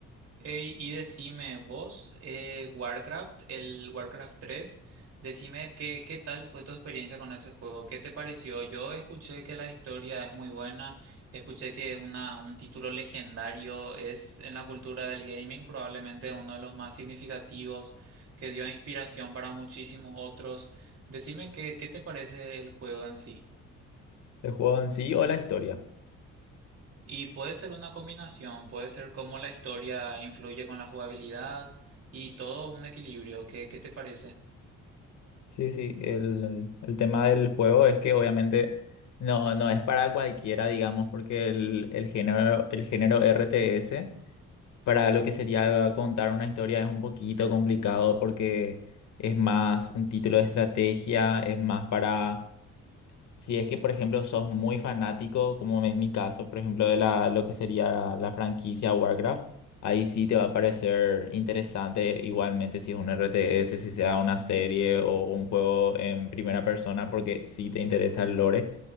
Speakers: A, on the right; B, on the left.
A: Ey, y decime vos, eh, Warcraft, el Warcraft tres, decime qué, qué tal fue tu experiencia con ese juego, qué te pareció. Yo escuché que la historia es muy buena, escuché que es una, un título legendario es en la cultura del gaming probablemente uno de los más significativos, que dio inspiración para muchísimos otros. Decime qué, qué te parece el juego en sí.
B: El juego en sí o la historia.
A: Y puede ser una combinación, puede ser cómo la historia influye con la jugabilidad y todo un equilibrio. ¿Qué, qué te parece?
B: Sí, sí, el, el- el tema del juego es que obviamente no, no es para cualquiera, digamos, porque el, el género, el género RTS, para lo que sería contar una historia, es un poquito complicado porque es más un título de estrategia, es más para Si es que, por ejemplo, sos muy fanático, como es mi caso, por ejemplo, de la, lo que sería la franquicia Warcraft, ahí sí te va a parecer interesante igualmente si es un RTS, si sea una serie o un juego en primera persona, porque sí te interesa el lore.